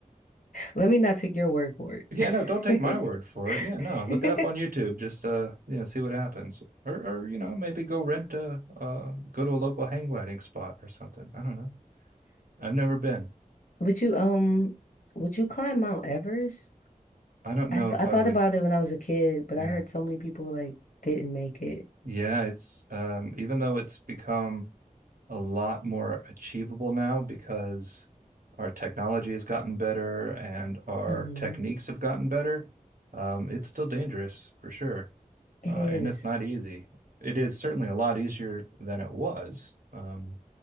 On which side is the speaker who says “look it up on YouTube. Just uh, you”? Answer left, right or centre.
Right